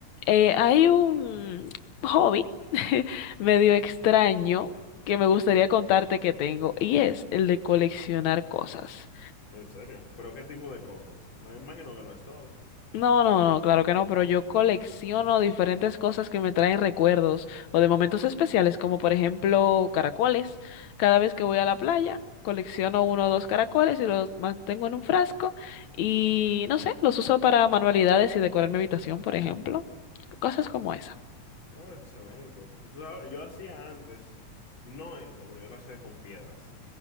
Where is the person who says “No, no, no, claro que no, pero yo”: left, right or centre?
Left